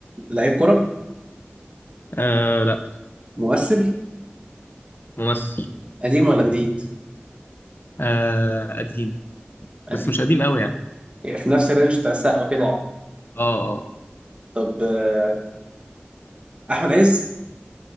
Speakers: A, on the right (about 30°); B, on the left (about 55°).
A: لعيب كرة
B: آه لا
A: ممثل
B: ممثل
A: قديم ولا جديد؟
B: آه قديم
A: قديم
B: بس مش قديم قوي يعني
A: يعني في نفس الرينج بتاع السقا وكده يعني.
B: اه اه آه.
A: طب آه، أحمد عز